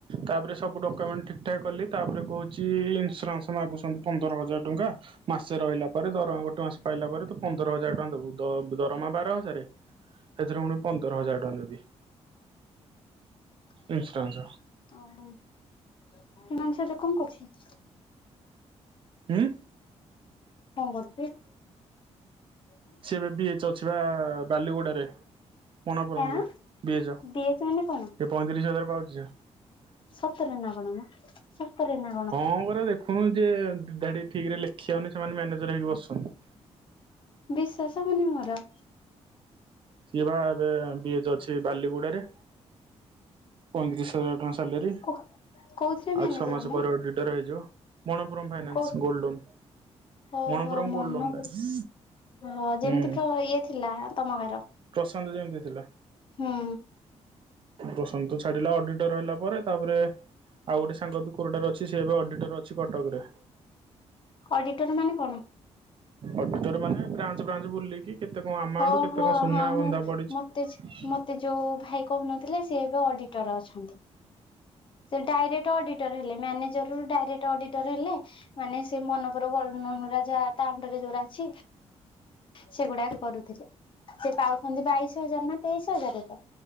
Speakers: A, on the right (about 45°); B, on the left (about 45°).
A: ତାପରେ ସବୁ ଡକ୍ୟୁମେଣ୍ଟ ଠିକ୍ ଠାକ୍ କଲି ତାପରେ କହୁଛି ଇନ୍ସୁରାନ୍ସ ମାଗୁଛନ୍ତି। ପନ୍ଦର ହଜାର ଟଙ୍କା ମାସେ ରହିଲା ପରେ ଦରମା ନ୍ସ ପାଇଲା ପରେ ତ ପନ୍ଦର ହଜାର ଟଙ୍କା ଦବୁ। ଦରମା ବାର ହଜାର ସେଥିରେ ପୁଣି ପନ୍ଦର ହଜାର ଟଙ୍କା ଦେବି।
B: <inaudible>
A: ଇନ୍ସୁରାନ୍ସ
B: ଓହୋ ସେମାନସରେ କଣ କରଛି?
A: ଉଁ
B: କଣ କରୁଛି?
A: ସିଏ ଏବେ ବିଚ୍ ଅଛି ବା ବାଲିଗୁଡ଼ାରେ। ପଣାପୁରମ
B: ଆଁ
A: ରେ ବିଏଯ ଏ
B: ବିଏଚ୍ ମାନେ କଣ?
A: ପଇଁତିରିଶ ହଜାର ପାଉଛିଯେ।
B: ସତରେ ନା କଣମ? ସତରେ ନା
A: ହଁ ପରା ଦେଖୁନୁ ଯିଏ ଦିଧାଡି ଠିକରେ ଲେଖି ଆଉନି ସେମାନେ ମ୍ୟାନେଜର ହେଇକି ବସୁଛନ୍ତି।
B: ବିଶ୍ଵାସ ହଉନି ମୋର।
A: ସିଏ ବା ଏବେ ବିଏଚ ଅଛି ବାଲିଗୁଡାରେ। ପଇଁତିରିଶ ହଜାର ଟଙ୍କା ସାଲାରୀ। ଆଉ
B: କୋ କୋଉଥିରେ ମ୍ୟାନେଜର
A: ଛଅ ମାସ
B: ମ?
A: ପ୍ରଡିଟର୍ ହେଇଯିବ। ମଣପୁରମ୍ ଫାଇନାନ୍ସ
B: କୋଉ
A: ଗଲ୍ଡ ଲୋନ୍।
B: ଓହୋ
A: ମନପୁରମ୍
B: ମନକୁ
A: ଗୋଡ଼ଲଣ୍ଡଟା
B: ହଁ ଯେମିତି
A: ହୁଁ।
B: ପ୍ର ଇଏ ଥିଲା ତମ ଗାର।
A: ପ୍ରଶାନ୍ତ ଯେମିତି ଥିଲା।
B: ହୁଁ।
A: ପ୍ରଶାନ୍ତ ଛାଡିଲା ଅଡିଟର ହେଲା ପରେ ତାପରେ ଆଉ ଗୋଟେ ସାଙ୍ଗ କୋରଟା ରେ ଅଛି ସେ ଏବେ ଅଡିଟର ଅଛି କଟକରେ।
B: ଅଡିଟର ମାନେ କଣ?
A: ଅଡିଟର୍ ମାନେ ବ୍ରାଞ୍ଚ ବ୍ରାଞ୍ଚ ବୁଲିକି କେତେ କଣ ଆମାଉଣ୍ଟ
B: ଓହୋ
A: କେତେ କଣ ସୁନା
B: ହଁ ମୁଁ
A: ବନ୍ଧା ପଡିଛି।
B: ମତେ ମତେ ଯୋଉ ଭାଇ କହୁନଥିଲେ ସିଏ ଏବେ ଅଡିଟର ଅଛନ୍ତି। ସେ ଡାଇରେକ୍ଟ ଅଡିଟର ହେଲେ। ମ୍ୟାନେଜ୍ ଡାଇରେକ୍ଟ ଅଡିଟର ହେଲେ। ମାନେ ସେ ମନପର ଗୋଲ୍ଡ ଲୋନ୍ ରେ ଆଜି ତା ଅଣ୍ଡରରେ ଯଉଟା ଅଛି ସେଗୁଡାକ କରୁଥିଲେ। ସେ ପାଉଛନ୍ତି ବାଇଶ ହଜାର ନା ତେଇଶ ହଜାରେ ତ।